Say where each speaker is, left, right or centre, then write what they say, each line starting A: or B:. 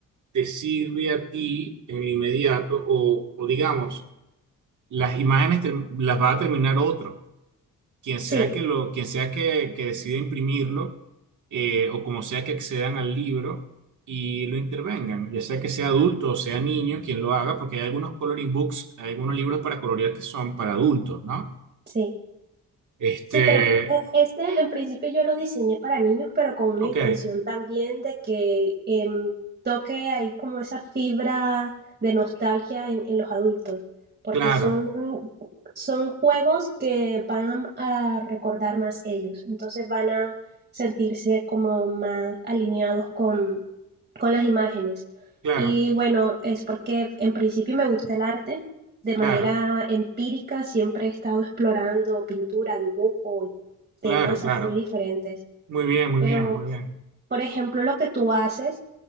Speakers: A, on the right; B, on the right.
A: te sirve a ti en el inmediato o, o digamos, las imágenes te- las va a terminar otro, quien sea
B: Sí,
A: que lo, quien sea que, que decida imprimirlo eh, o como sea que accedan al libro y lo intervengan, ya sea que sea adulto o sea niño quien lo haga, porque hay algunos coloring books, hay algunos libros para colorear que son para adultos, ¿no?
B: sí.
A: Este,
B: Sí, pero eh, este en principio yo lo diseñé para niños, pero con una
A: ok,
B: intención también de que em, toque ahí como esa fibra de nostalgia en, en los adultos, porque
A: claro,
B: son, son juegos que van a recordar más ellos, entonces van a sentirse como más alineados con, con las imágenes.
A: claro,
B: Y bueno, es porque en principio me gusta el arte de
A: claro,
B: manera empírica siempre he estado explorando pintura, dibujo y
A: claro,
B: temas
A: claro.
B: así diferentes.
A: Muy bien, muy
B: Pero,
A: bien, muy bien.
B: por ejemplo, lo que tú haces